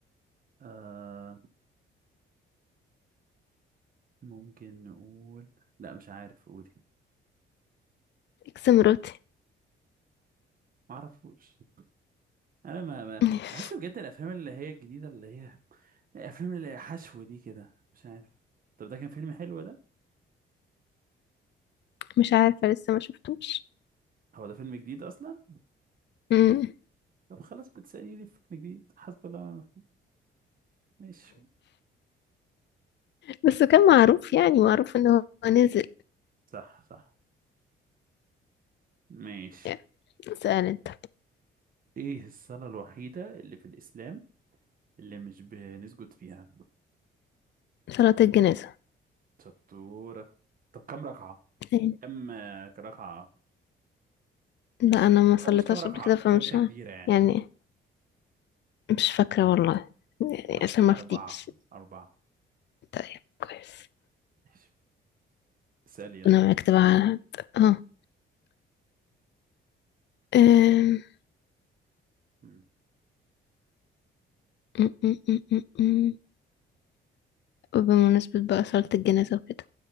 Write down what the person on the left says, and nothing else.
اكس مراتي
<laughs>
مش عارفة لسه ما شفتوش
مم.
بس كان معروف يعني معروف ان هو نزل
يعني سأل انت
صلاة الجنازة
يعني
لا انا ما صليتهاش
قبل كده فمش
ه-
يعني
مش فاكرة والله يعني
عشان ما
افتيش
طيب كويس
انا معاك تبع على هاد. اه أم،
أم، أم، أم، أم، أم. وبمناسبة بقى صلاة الجنازة وكده